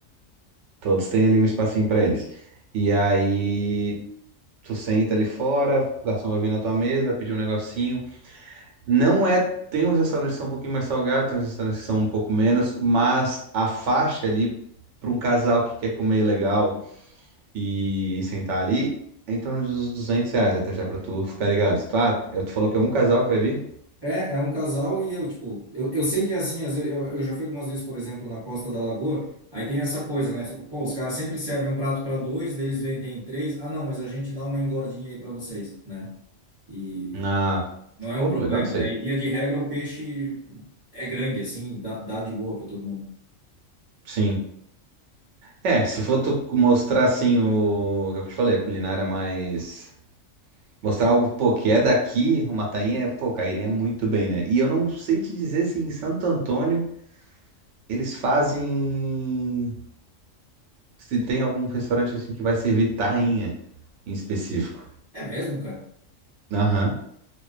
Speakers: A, on the right (about 65°); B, on the right (about 30°).
A: todos têm ali um espacinho pra eles. E aí Tu senta ali fora, o garçom vai vir na tua mesa, vai pedir um negocinho. Não é. Tem uns restaurantes que são um pouquinho mais salgados, tem uns restaurantes que são um pouco menos, mas a faixa ali, para um casal que quer comer legal e, e sentar ali, é em torno dos 200 reais, até já pra tu ficar ligado. Tu, ah, tu falou que é um casal que vai vir?
B: É, é um casal e eu, tipo, eu, eu sei que é assim, às vezes, eu, eu já fui algumas vezes, por exemplo, na Costa da Lagoa, aí tem essa coisa, né? Tipo, Pô, os caras sempre servem um prato para dois, deles vendem três, ah, não, mas a gente dá uma engordinha aí para vocês, né? E
A: Ah,
B: não é
A: pô,
B: um problema,
A: legal isso
B: né?
A: aí.
B: E via de regra o peixe é grande, assim, dá, dá de boa para todo mundo.
A: Sim. É, se for tu mostrar assim o. é o que Eu te falei, a culinária mais Mostrar algo, pô, que é daqui, uma tainha, pô, cairia muito bem, né? E eu não sei te dizer se em Santo Antônio eles fazem. Se tem algum restaurante assim que vai servir tainha em específico.
B: É mesmo, cara?
A: Aham.